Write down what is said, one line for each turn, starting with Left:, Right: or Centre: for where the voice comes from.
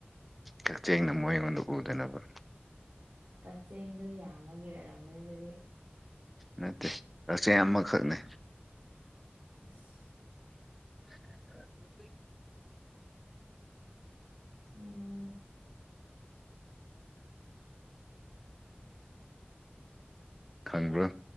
Centre: ꯀꯛꯆꯦꯡꯅ ꯃꯣꯏ ꯑꯩꯉꯣꯟꯗ ꯎꯗꯅꯕ
Right: ꯀꯛꯆꯦꯡꯗꯣ ꯌꯥꯝꯕꯒꯤ ꯑꯣꯏꯔꯝꯒꯅꯤ ꯑꯗꯨꯗꯤ
Centre: ꯅꯠꯇꯦ ꯀꯛꯆꯦꯡ ꯑꯃ ꯈꯛꯅꯦ
Right: <unintelligible>
Centre: <inaudible>
Right: ꯎꯝ
Centre: ꯈꯪꯕ꯭ꯔꯣ